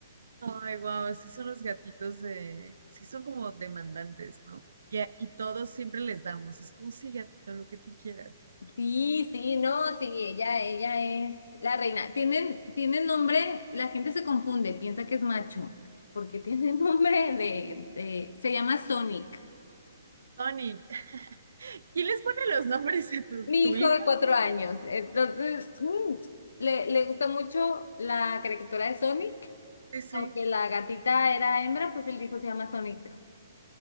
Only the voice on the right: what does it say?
Ay, wow, sí son los gatitos de, sí son como demandantes, ¿no? Y, a- y todos siempre les damos, es como sí, gatito, lo que tú quieras.
Sonic, ¿Quién les pone los nombres a tus-
tu,
hijo?
Sí, sí,